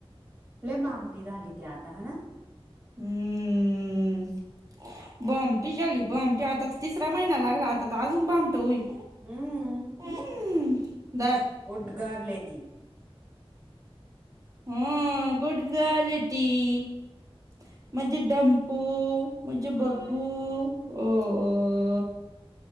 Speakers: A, on the right; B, on the right.
A: लय बामटी झाली ती आता. हा ना?
B: हम्म. बामटी झाली बामटी, आता त तिसरा महिना लागला आता त अजून भामटी होईल.
A: हम्म
B: <unintelligible> धर.
A: उद्गार लेती.
B: हम्म गुड गर्ल ये ती. माझे
A: ह
B: डम्पू माझे बब्बू ओ ओ.